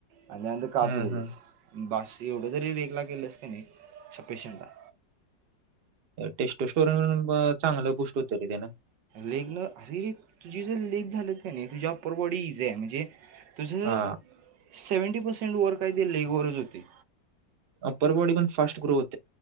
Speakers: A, on the right (about 80°); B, on the right (about 50°).
A: आणि त्यानंतर कापसेजेस..
B: हम्म हम्म
A: बस एवढं जरी रेकला गेलंस का नाही सफिशंट आहे.
B: टेस्ट स्टोर चांगलं गोष्टट होत र दे ना.
A: लेगन अरे तुझी जर लेग झालंत का नाही तुझ्या अप्पर बॉडी इजे आहे म्हणजे! तुझं
B: हा
A: सेवंटी पर्सेंट वर काय ते लेगवरच होते.
B: अ पररवाडी पण फास्ट ग्रो होत.